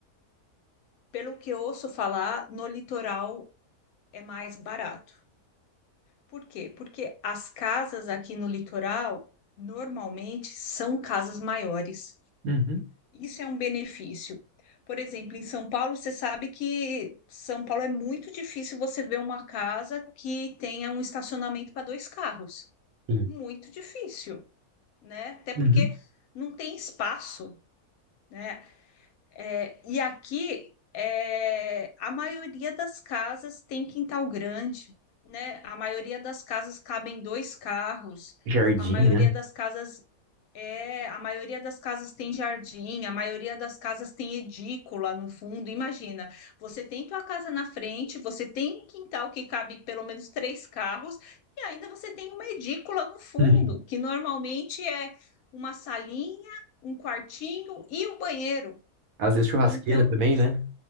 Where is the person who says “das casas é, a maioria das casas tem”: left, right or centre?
Left